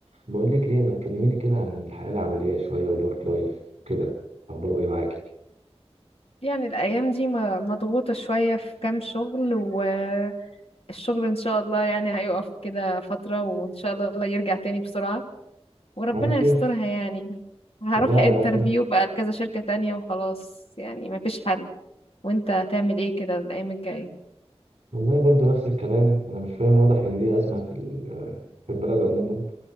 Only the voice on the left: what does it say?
يعني الأيام دي م- مضغوطة شوية في كام شغل والشغل إن شاء الله يعني هيقف كده فترة وإن شاء الله الله يرجع تاني بسرعة وربنا
يسترها يعني هروح
انترفيو
بقى لكذا شركة تانية وخلاص يعني مفيش حل وانت هتعمل ايه كده الأيام الجاية